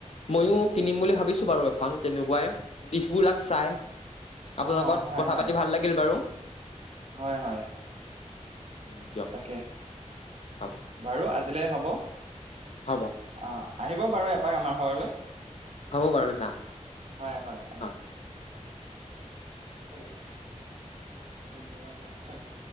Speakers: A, on the left (about 55°); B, on the right (about 55°).
A: ময়ো কিনিম বুলি ভাবিছো বাৰু এখন। তেনেকুৱাই, দিশবিলাক চাই। আপোনাৰ
B: অ',
A: লগত
B: হয়,
A: কথা
B: হয়,
A: পাতি ভাল লাগিল বাৰু!
B: হয়, হয়,
A: উম, দিয়ক
B: তাকে,
A: হ'ব
B: বাৰু আজিলৈ হ'ব। আ
A: হ'ব
B: আহিব বাৰু এপাক আমাৰ ঘৰলে,
A: হ'ব বাৰু যাম
B: হয় হয় আহিব।
A: অ
B: ধনী আছা। ধন্যবাদৰ ধন